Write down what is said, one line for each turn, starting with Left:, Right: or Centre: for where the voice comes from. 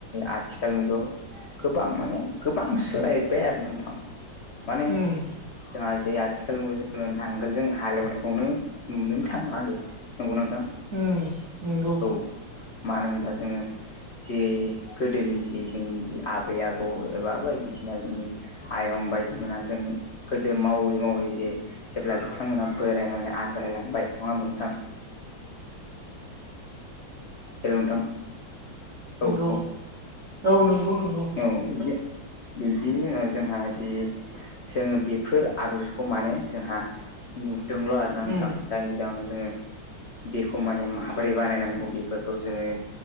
Left: आथिखाल मुगायाव गोबां माने गोबां सोलायबाय आरोना नोंथां माने
Right: उम
Left: जोंहा जे आथिखाल जोङो नांगोलजों हालेवनायखौनो नुनोनो थांलानो नंगौ नोंथां
Right: ओम नंगौ।
Left: औ मानो होनब्ला जोङो जि गोदोनि जि जोंनि जि आबै आबौ एबा बायदिसिना जोंनि आयं बायदि मोना जों गोदो मावै मावै जे जेब्ला बिथांमोना बोरायनानै आनज्रायलांबाय नङा होनबा नोंथां? हेल' नोंथां
Right: नंगौ
Left: औ औ
Right: औ नंगौ नंगौ
Left: औ बिदि। बिब्दिनि उनाव जोंहा जि जोङो बेफोर आगजुखौ माने जोंहा नुदोंल' आरोना नोंथां।
Right: उम
Left: जायनि जाहोनाव जोङो बेखौ माने माबोरै बानायनांगौ बेफोरखौ जोङो